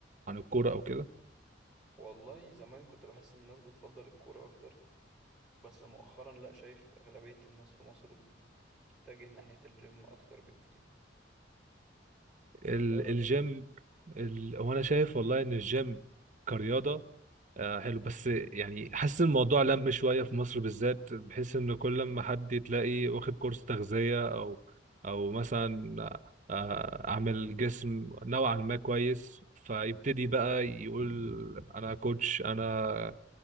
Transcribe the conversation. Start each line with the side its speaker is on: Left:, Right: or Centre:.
Right: عن الكورة او كده
Centre: والله زمان كنت بحس إن الناس بتفضل الكورة أكتر بس مؤخرا لأ شايف أغلبية الناس في مصر بتتجه ناحية الجيم أكتر بكتير
Right: ال-
Centre: انت
Right: الجيم ال... هو انا شايف والله ان الجيم كرياضه آه حلو بس يعني حاسس الموضوع لم شويه في مصر بالذات بحيث ان كل ما حد تلاقي واخد كورس تغذيه او او مثلا آه عامل جسم نوعا ما كويس فيبتدي بقى يقول انا كوتش انا